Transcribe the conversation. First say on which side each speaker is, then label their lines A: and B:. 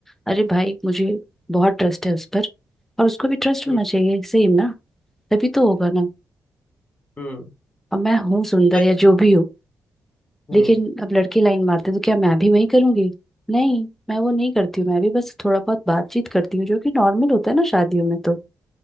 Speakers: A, in the centre; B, on the left.
A: अरे भाई मुझे बहुत ट्रस्ट है उस पर और उसको भी ट्रस्ट
B: हम्म
A: होना चाहिए सेम ना तभी तो होगा ना
B: हम्म
A: अब मैं हूँ सुंदर
B: हाँ।
A: या जो भी हूँ
B: हम्म
A: लेकिन अब लड़के लाइन मारते तो क्या मैं भी वही करूंगी नहीं मैं वो नहीं करती हूँ मैं भी बस थोड़ा बहुत बातचीत करती हूँ जो कि नॉर्मल होता है ना शादियों में तो